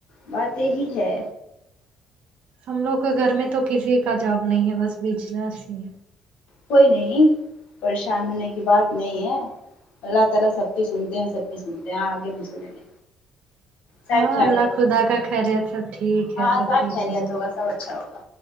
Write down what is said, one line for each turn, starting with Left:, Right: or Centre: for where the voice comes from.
Left: بات یہی ہے
Right: ہم لوگ کے گھر میں تو کسی کا جاب نہیں ہے بس بجنس ہی ہے
Left: کوئی نہیں پریشان ہونے کی بات نہیں ہے اللہ تعالی سب کی سنتے ہیں سب کی سنتے ہیں آگے بھی سنیں گے سب
Right: ہ <inaudible> ہاں
Left: خیریت
Right: اللہ خدا
Left: ہوگا
Right: کا خیریت سب ٹھیک
Left: ہاں
Right: ہے سب ٹھیک
Left: خیریت
Right: ہی ہ
Left: ہوگا سب اچھا ہوگا